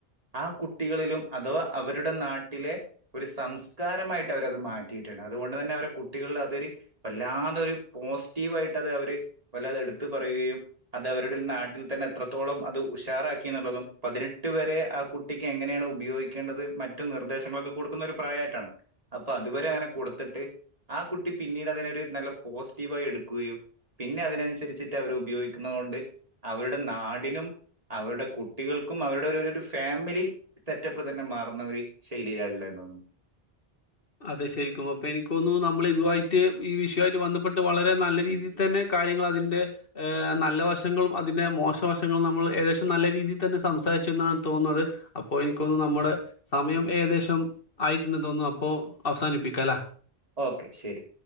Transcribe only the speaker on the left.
അതെ ശരിക്കും അപ്പൊ എനിക്ക്‌ തോന്നുന്നു നമ്മൾ ഇതുവായിട്ട് ഈ വിഷയമായിട്ട് ബന്ധപ്പെട്ട് വളരെ നല്ല രീതിയിൽ തന്നെ കാര്യങ്ങൾ അതിന്റെ നല്ല വശങ്ങളും അതിന്റെ മോശ വശങ്ങളും നമ്മൾ ഏകദേശം നല്ല രീതിയിൽ തന്നെ സംസാരിച്ചു എന്നാണ് തോന്നുന്നത്. അപ്പോ എനിക്ക്‌ തോന്നുന്നു നമ്മുടെ സമയം ഏകദേശം ആയിട്ടുണ്ടെന്ന് തോന്നുന്നു അപ്പോ അവസാനിപ്പിക്കാല്ല?